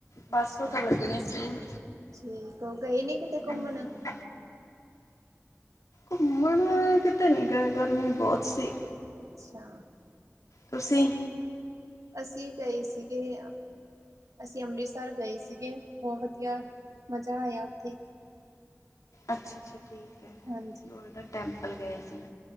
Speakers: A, on the right; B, on the left.
A: ਅੱਛਾ
B: ਪਰਸੋਂ ਤੋਂ ਲੱਗਣੇ ਸਕੂਲ
A: ਠੀਕ ਹੋ ਗਏ ਨੀ ਕਿਤੇ ਘੁੰਮਣ?
B: ਹੂੰ ਘੁੰਮਣ ਕਿਤੇ ਨੀ ਗਏ ਗਰਮੀ ਬਹੁਤ ਸੀ
A: ਅੱਛਾ
B: ਤੁਸੀਂ
A: ਅਸੀਂ ਗਏ ਸੀਗੇ ਹਾਂ। ਅਸੀਂ ਅੰਮ੍ਰਿਤਸਰ ਗਏ ਸੀਗੇ ਬਹੁਤ ਵਧੀਆ ਮਜ਼ਾ ਆਇਆ ਉੱਥੇ
B: ਅੱਛਾ-ਅੱਛਾ ਠੀਕ ਹੈ
A: ਹਾਂਜੀ
B: ਗੋਲਡਨ ਟੈਂਪਲ ਗਏ ਸੀ।